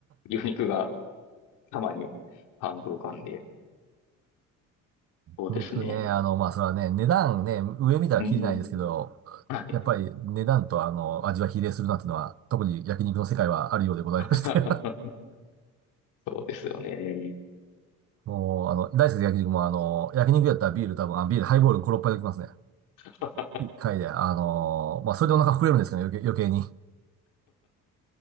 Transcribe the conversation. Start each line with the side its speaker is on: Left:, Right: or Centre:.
Left: 牛肉が様に半分浮かんで、そうですね。
Right: 僕ね、あの、まあ、それはね、値段ね、上見たら切れないですけど、
Left: うん。はい。
Right: やっぱり値段とあの、味は比例するなっていうのは、特に焼肉の世界はあるようでございまして。
Left: <laughs> そうですよね。
Right: <laughs> もう、あの、大好きな焼肉も、あの、焼肉やったらビール多分、あ、ビール、ハイボール5、6杯できますね。
Left: <laughs>
Right: 1回で、あの、まあ、それでお腹膨れるんですけど、余計、余計に。